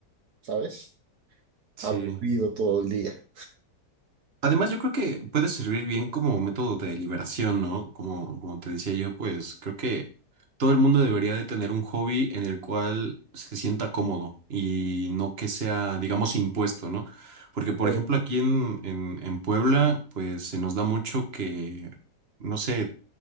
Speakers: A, on the right; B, on the right.
A: ¿sabes?
B: Sí.
A: Aburrido todo el día.
B: Además, yo creo que puede servir bien como método de liberación, ¿no? Como, como te decía yo, pues creo que todo el mundo debería de tener un hobby en el cual se sienta cómodo y no que sea, digamos, impuesto, ¿no? Porque, por
A: Oh,
B: ejemplo, aquí en, en, en Puebla, pues se nos da mucho que, no sé,